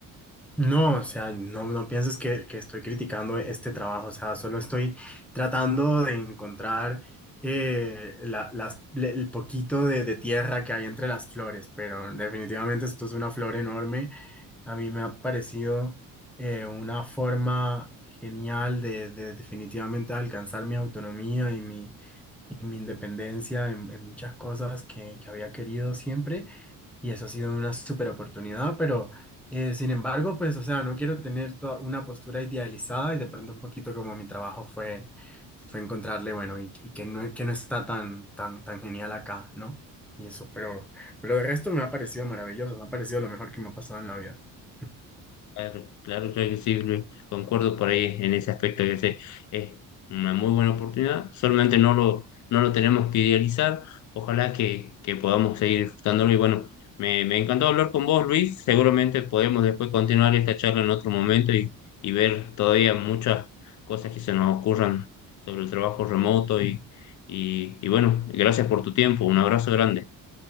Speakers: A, in the centre; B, on the left (about 60°).
A: No, o sea, no, no pienses que, que estoy criticando este trabajo, o sea, solo estoy tratando de encontrar eh, la- las- le- el poquito de, de tierra que hay entre las flores, pero definitivamente esto es una flor enorme. A mí me ha parecido eh, una forma genial de, de definitivamente alcanzar mi autonomía y mi, y mi independencia en, en muchas cosas que, que había querido siempre y eso ha sido una súper oportunidad, pero eh, sin embargo, pues, o sea, no quiero tener toda una postura idealizada y de pronto un poquito como mi trabajo fue, fue encontrarle, bueno, y, y que no, que no está tan, tan, tan genial acá, ¿no? Y eso, pero, pero el resto me ha parecido maravilloso, me ha parecido lo mejor que me ha pasado en la vida. <laughs>
B: Claro, claro, claro que sí, Luis. Concuerdo por ahí en ese aspecto que sé, es una muy buena oportunidad, solamente no lo, no lo tenemos que idealizar, ojalá que, que podamos seguir disfrutándolo y bueno, me, me encantó hablar con vos, Luis, seguramente podemos después continuar esta charla en otro momento y, y ver todavía muchas cosas que se nos ocurran sobre el trabajo remoto y, y, y bueno, gracias por tu tiempo, un abrazo grande.